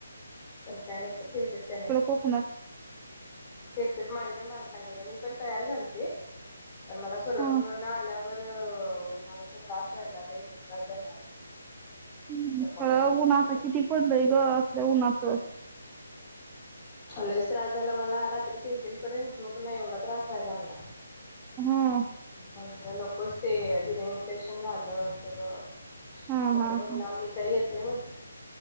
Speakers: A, on the left (about 20°); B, on the right (about 15°).
A: तस काय नसतय फिरतेत त्यानी.
B: कोकणात
A: फिरतेत माझ्या पण माग लागलेल्या मी पण तयार झालते. पण मला सोलापूर
B: ह
A: वरन आल्यावर.... तर उन्हाळीचा त्रास व्हायला बई, लई त्रास झाला.
B: हम्म.
A: नको
B: खर
A: म्हटलं मी
B: ऊन
A: नाही
B: आता
A: घेत.
B: किती पडलय ग असल्या उन्ह उन्हाच
A: लईच त्रास झाला मला रात्री तीन तीन पर्यंत झोप नाही एवढा त्रास व्हायला लागला.
B: हम्म
A: म्हणल नकोच ते युरन इन्फेक्शन झाल सगळ
B: हा
A: नको
B: हा
A: म्हटलं
B: हा
A: आम्ही काय येत नाही म्हटलं